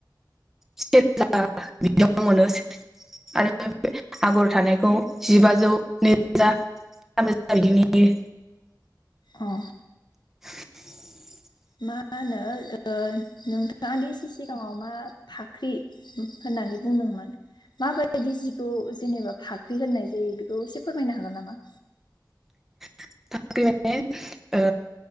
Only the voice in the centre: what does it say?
से रोजा बिदियाव मोनो आरो आगर थानाय खौ जिबाजौ नै रोजा थाम रोजा इदिनि
<inaudible>
फाख्रि माने ओ